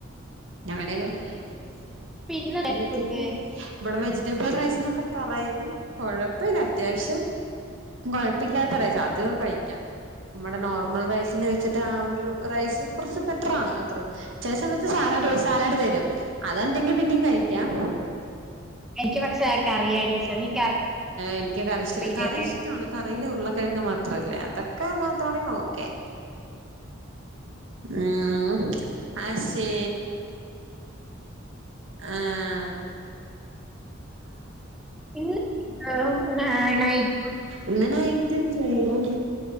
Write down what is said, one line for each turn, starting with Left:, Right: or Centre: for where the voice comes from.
Right: ഞങ്ങടെ എന്ന്
Centre: പിന്നെ
Right: എച്ചക്ക
Centre: ഫുഡ്
Right: ബട വെജ ഇ റൈസ് എന്നൊക്കെ പറയും കുഴപ്പമില്ല അത്യാവശ്യം കുഴപ്പില്ലാത്ത റൈസ് അത് കഴിക്കാം നമ്മടെ നോർമൽ റൈസിന്ന് വെച്ചിട്ട് ആ ഒരു റൈസ് കുറച്ച് ബെറ്ററാണ് അത്ര ചില സമയത്ത് സാലഡ് സാലാഡ് തരും. അത്ണ്ടെങ്കി പിന്നെയും കഴിക്കാം
Centre: എനിക്ക് പക്ഷെ കറിയാ ടീച്ചർ നിനക്ക്
Right: എനിക്ക് കറി ഇഷ്ട
Centre: അറിയില്ലേ
Right: കറി ഇഷ്ടമാണ് കറയിലെ ഉരുള്ളക്കിഴങ്ങ് മാത്ര അത്രല്ല അതൊക്കെ മാത്രമാണെങ്ക നോക്കെ ഉം ആഷേ...
Centre: അത്
Right: ആഹ
Centre: ആ ഇന്ന് <unintelligible>
Right: എന്നനയി തീർച്ചയായും